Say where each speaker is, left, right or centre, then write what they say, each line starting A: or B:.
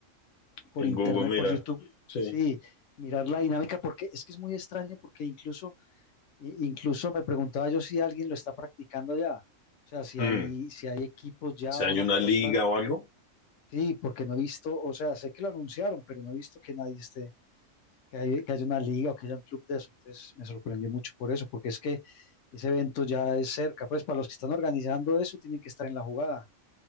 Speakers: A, on the left; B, on the left.
A: por
B: En
A: internet,
B: Google, mira.
A: por YouTube.
B: Sí.
A: Sí, mirar la dinámica, porque es que es muy extraño, porque incluso I- Incluso me preguntaba yo si alguien lo está practicando ya, o sea, si
B: Mm,
A: hay, si hay equipos ya
B: Si
A: o
B: hay
A: no,
B: una
A: porque
B: liga
A: están,
B: o algo.
A: sí, porque no he visto, o sea, sé que lo anunciaron, pero no he visto que nadie esté, que, hay- que haya una liga o que haya un club de eso. Entonces me sorprendió mucho por eso, porque es que ese evento ya es cerca, pues para los que están organizando eso tienen que estar en la jugada.